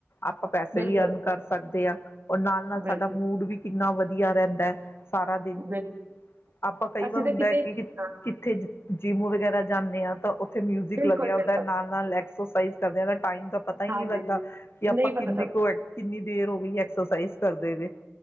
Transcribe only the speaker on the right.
ਬਿਲਕੁਲ
ਬਿਲਕੁਲ
ਬਿਲ-
ਅਸੀਂ
ਤਾਂ ਕਿਤੇ
ਹਾਂ,
ਬਿਲਕੁਲ
ਬਿਲਕੁਲ
ਹਾਂਜੀ
ਨਹੀਂ ਪਤਾ
ਚੱਲਦਾ